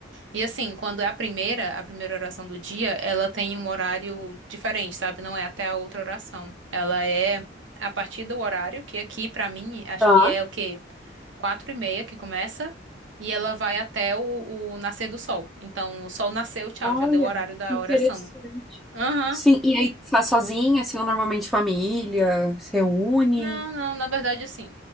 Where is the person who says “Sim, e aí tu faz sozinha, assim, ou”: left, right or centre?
Centre